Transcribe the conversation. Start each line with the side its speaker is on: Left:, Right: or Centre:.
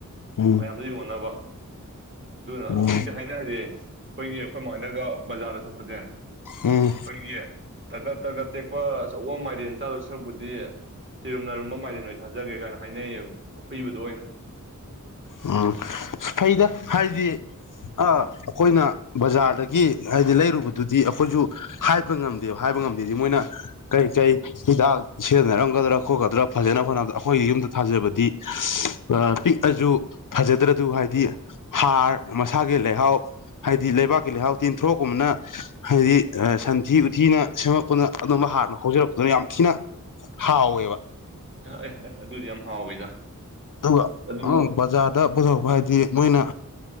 Left: ꯎꯝ
Right: ꯃꯌꯥꯝꯗ ꯌꯣꯟꯅꯕ ꯑꯗꯨꯅ
Left: ꯎꯝ
Right: ꯍꯧꯖꯤꯛꯇꯤ ꯍꯥꯏꯅꯔꯦ ꯑꯩꯈꯣꯏꯒꯤ ꯈꯣꯏꯃꯥ ꯍꯣꯏꯅꯒ ꯕꯖꯥꯔꯗ ꯆꯠꯄꯁꯦ
Left: ꯎꯝ
Right: ꯈꯣꯏꯒꯤ ꯇꯒꯠ ꯇꯒꯠ ꯇꯦꯛꯄ ꯑꯆꯧꯕ ꯃꯥꯏꯔꯦꯟ ꯆꯥꯗꯣꯏ ꯁꯔꯨꯛꯄꯨꯗꯤ ꯁꯤꯔꯨꯝ ꯅꯔꯨꯝꯕ ꯃꯥꯏꯔꯦꯟ ꯑꯣꯏꯅ ꯆꯥꯖꯒꯦ ꯀꯥꯏꯅ ꯍꯥꯏꯅꯩꯌꯦꯕ ꯑꯈꯨꯏꯕꯗꯣ ꯑꯣꯏꯅ
Left: ꯎꯝ ꯐꯩꯗ ꯍꯥꯏꯗꯤ ꯑꯥ ꯑꯩꯈꯣꯏꯅ ꯕꯖꯥꯔꯗꯒꯤ ꯍꯥꯏꯗꯤ ꯂꯩꯔꯨꯕꯗꯨꯗꯤ ꯑꯩꯈꯣꯏꯁꯨ ꯍꯥꯏꯕ ꯉꯝꯗꯦꯕ ꯍꯥꯏꯕ ꯉꯝꯗꯦꯗꯤ ꯃꯣꯏꯅ ꯀꯔꯤ ꯀꯔꯤ ꯍꯤꯗꯥꯛ ꯁꯤꯖꯤꯟꯅꯔꯝꯒꯗ꯭ꯔꯥ ꯈꯣꯠꯀꯗ꯭ꯔꯥ ꯐꯖꯅꯕ ꯍꯣꯠꯅꯕꯗ ꯑꯩꯈꯣꯏꯒꯤ ꯌꯨꯝꯗ ꯊꯥꯖꯕꯗꯤ ꯑ ꯄꯤꯛꯑꯁꯨ ꯐꯖꯗ꯭ꯔꯗꯨ ꯍꯥꯏꯗꯤ ꯍꯥꯔ ꯃꯁꯥꯒꯤ ꯂꯩꯍꯥꯎ ꯍꯥꯏꯗꯤ ꯂꯩꯕꯥꯛꯀꯤ ꯂꯩꯍꯥꯎ ꯇꯦꯟꯊꯔ꯭ꫭꯛꯀꯨꯝꯕꯅ ꯍꯥꯏꯗꯤ ꯁꯟꯊꯤ ꯎꯊꯤꯅ ꯁꯦꯝꯃꯛꯄꯅ ꯑꯗꯨꯝꯕ ꯍꯥꯔꯅ ꯍꯧꯖꯔꯛꯄꯅ ꯌꯥꯝ ꯊꯤꯅ ꯍꯥꯎꯋꯦꯕ
Right: ꯑ ꯑꯗꯨꯗꯤ ꯌꯥꯝ ꯍꯥꯎꯋꯤꯗ
Left: ꯑꯗꯨꯒ
Right: ꯑꯗꯨꯒ
Left: ꯕꯖꯥꯔꯗ ꯄꯨꯊꯣꯔꯛꯄ ꯍꯥꯏꯗꯤ ꯃꯣꯏꯅ